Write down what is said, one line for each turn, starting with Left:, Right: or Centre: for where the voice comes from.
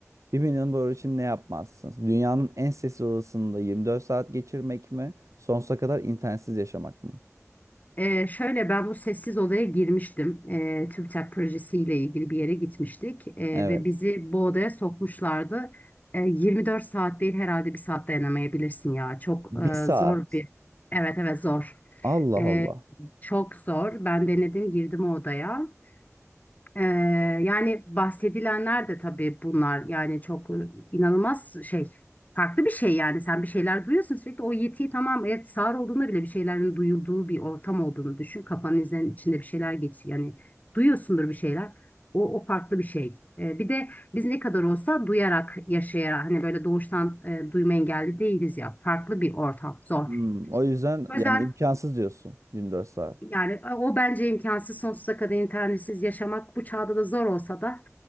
Right: bir milyon dolar için ne yapmazsın? Dünyanın en sessiz odasında 24 saat geçirmek mi? Sonsuza kadar internetsiz yaşamak mı?
Left: Ee, şöyle ben bu sessiz odaya girmiştim. Ee, TÜBİTAK projesiyle ilgili bir yere gitmiştik Ee,
Right: Evet.
Left: ve bizi bu odaya sokmuşlardı. Ee, 24 saat değil herhalde bir saat dayanamayabilirsin ya. Çok
Right: Bir saat.
Left: e, zor bir. Evet evet zor.
Right: Allah
Left: Ee,
Right: Allah.
Left: çok zor. Ben denedim girdim o odaya. Ee, yani bahsedilenler de tabii bunlar yani çok e, inanılmaz şey farklı bir şey yani sen bir şeyler duyuyorsun sürekli o yetiyi tamam evet sağır olduğunda bile bir şeylerin duyulduğu bir ortam olduğunu düşün kafanın izlerinin içinde bir şeyler geçiyor yani duyuyorsundur bir şeyler o, o farklı bir şey Ee, bir de biz ne kadar olsa duyarak yaşayarak hani böyle doğuştan e, duyma engelli değiliz ya farklı bir ortam zor.
Right: Hmm, o yüzden
Left: O
Right: yani
Left: yüzden
Right: imkansız diyorsun 24 saat.
Left: yani e, o bence imkansız sonsuza kadar internetsiz yaşamak bu çağda da zor olsa da